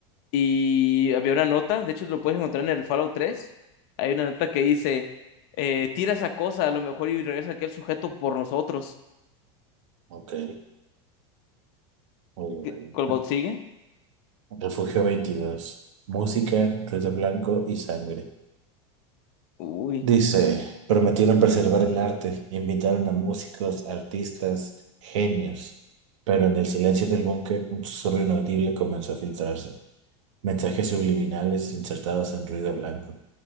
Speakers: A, on the left; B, on the right.
A: Y había una nota, de hecho lo puedes encontrar en el Fallout tres Hay una nota que dice, eh, tira esa cosa a lo mejor y regresa aquel sujeto por nosotros.
B: Ok, muy
A: ¿Qué-
B: bien.
A: ¿Colbaut sigue?
B: Refugio veintidós. Música, ruido blanco y sangre.
A: Uy.
B: Dice, prometieron preservar el arte, invitaron a músicos, artistas, genios, pero en el silencio del búnker un susurro inaudible comenzó a filtrarse. Mensajes subliminales insertados en ruido blanco.